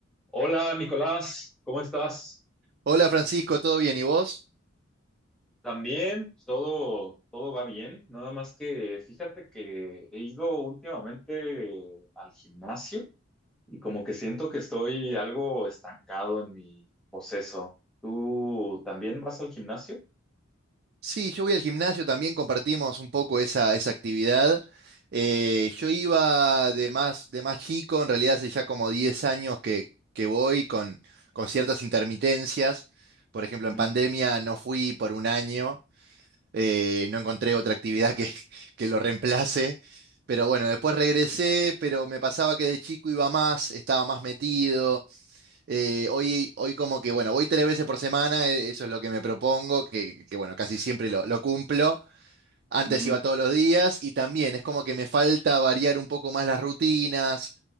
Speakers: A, in the centre; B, on the right.
A: Hola, Nicolás, ¿cómo estás?
B: Hola Francisco, ¿todo bien? ¿Y vos?
A: También, todo, todo va bien, nada más que fíjate que he ido últimamente al gimnasio y como que siento que estoy algo estancado en mi proceso. ¿Tú también vas al gimnasio?
B: Sí, yo voy al gimnasio, también compartimos un poco esa, esa actividad. Eh,
A: Ujú.
B: yo iba de más, de más chico, en realidad hace ya como 10 años que, que voy con, con ciertas intermitencias. Por ejemplo,
A: Ujú.
B: en pandemia no fui por un año, eh, no encontré otra actividad que, <laughs> que lo reemplace. Pero bueno, después regresé, pero me pasaba que de chico iba más, estaba más metido. Eh, hoy, hoy como que, bueno, voy tres veces por semana, eh, eso es lo que me propongo, que, que, bueno, casi siempre lo, lo cumplo. Antes
A: <laughs> Ujú.
B: iba todos los días y también es como que me falta variar un poco más las rutinas,